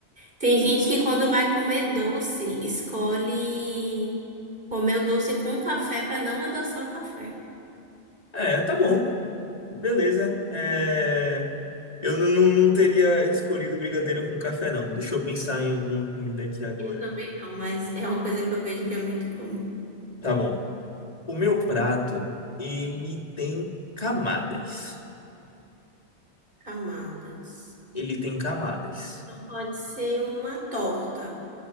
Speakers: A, on the right; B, on the left.
A: Tem gente que quando vai comer doce, escolhe comer o doce com café para não adoçar o café.
B: É, tá bom. Beleza. É, Eu não, não- não teria escolhido brigadeiro com café, não. Deixa eu pensar em alguma comida aqui agora.
A: Eu também não, mas é uma coisa que eu vejo que é muito comum.
B: Tá bom. O meu prato, ele tem camadas.
A: Camadas.
B: Ele tem camadas.
A: Não pode ser uma torta.